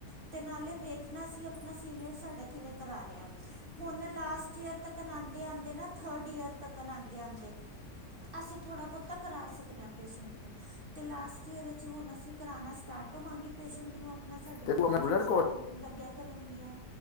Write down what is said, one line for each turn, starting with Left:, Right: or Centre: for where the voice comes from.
Right: ਅਤੇ ਨਾਲੇ ਵੇਖਣਾ ਸੀ। ਸੀਨੀਅਰ ਸਾਡਾ ਕਿਵੇਂ ਕਰਾ ਰਿਹਾ? ਹੁਣ ਲਾਸਟ ਈਅਰ ਤੱਕ ਆਂਦੇ, ਆਂਦੇ ਨਾ ਥਰਡ ਈਅਰ ਤੱਕ ਆਂਦੇ, ਆਂਦੇ ਅਸੀਂ ਥੋੜਾ ਬਹੁਤਾ ਕਰਾ ਸਕਦੇ ਆ। ਪੇਸ਼ੈਂਟ ਨੂੰ ਤੇ ਲਾਸਟ ਈਅਰ ਵਿੱਚ ਹੁਣ ਅਸੀਂ ਕਰਾਨਾ ਸਟਾਰਟ ਹੋਵਾਂਗੇ ਪੇਸ਼ੈਂਟ ਨੂੰ। ਸਾਡੀ
Left: ਤੇ ਤੂੰ
Right: ਪੋਸਟਿੰਗਸ
Left: ਆਪਣਾ ਰੈਗੂਲਰ
Right: ਲੱਗਣ ਲੱਗਿਆ ਕਰਨਗੀਆਂ।